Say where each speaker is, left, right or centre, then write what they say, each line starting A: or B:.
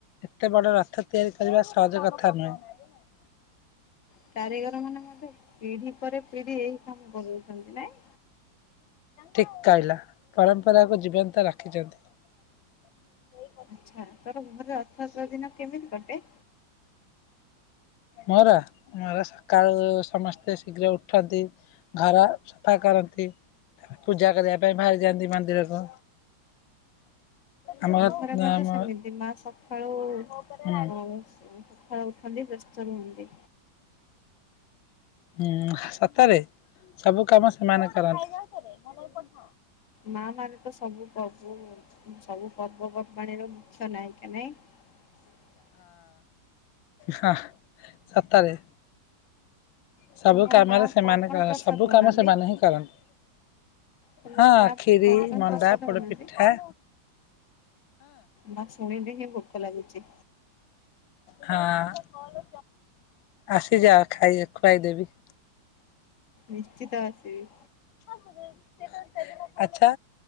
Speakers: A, on the left; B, on the left.
A: ଏତେ ବଡ ରଥ ତିଆରି କରିବା ସହଜ କଥା ନୁହେଁ। ହ <unintelligible>
B: କାରିଗର ମାନେ ମଧ୍ଯ ପିଢି ପରେ ପିଢି ଏଇ କାମ କରୁଛନ୍ତି ନାଇଁ?
A: ଠିକ କହିଲ ପରମ୍ପରାକୁୁ ଜୀବନ୍ତ ରଖିଚନ୍ତି।
B: ଆଚ୍ଛା ତୋର ଘରେ ରଥଯାତ୍ରା ଦିନ କେମିତି କଟେ?
A: ମୋର ମୋର ସକାଳୁ ସମସ୍ତେ ଶୀଘ୍ର ଉଠନ୍ତି। ଘର ସଫା କର ରନ୍ତି, ତା ପାଇଁ ପୂଜା କରିବା ପାଇଁ ଭାରି ଯାଆନ୍ତି ମନ୍ଦିରକୁ। ଆମର
B: ଆମ ଘରେ ମଧ୍ୟ
A: ଆମ
B: ସେମିତି ମା ସଖାଳୁ
A: ହୁଁ।
B: <unintelligible> ସଖାଳୁ ଉଠନ୍ତି, <unintelligible> ଚାଲେ ଏମତି।
A: ହୁଁ, ସତରେ ସବୁ କାମ ସେମାନେ କରନ୍ତି।
B: ମା ମାରେ ତ ସବୁ ପର୍ବୁ ସବୁ ପର୍ବପର୍ବାଣିର ମିଛ ନାହିଁ କି <inaudible> ଏନ ନେଇ <unintelligible>
A: ହ ସତରେ ସବୁ
B: ତୁମର
A: କାମରେ
B: ମା
A: ସେମାନେ
B: କଣ କଣ
A: କର
B: ପ୍ରସାଦ
A: ସବୁ
B: ବନାନ୍ତି?
A: କାମ ସେମାନେ ହିଁ କରନ୍ତି।
B: ତୁମର
A: ହଁ
B: ମା
A: ଖିରି
B: କଣ କଣ
A: ମଣ୍ଡା
B: ପ୍ରସାଦ
A: ପୋଡ
B: ବନାନ୍ତି?
A: ପିଠା।
B: ମା ଶୁଣିଲି ହିଁ ଭୋକ ଲାଗୁଛି।
A: ହଁ ଆସିଯା ଖାଇ ଖୁଆଇଦେବି।
B: ନିଶ୍ଚିତ ଆସିବି।
A: ସିଏ ତ ସେ ଦିନ ଆଛା।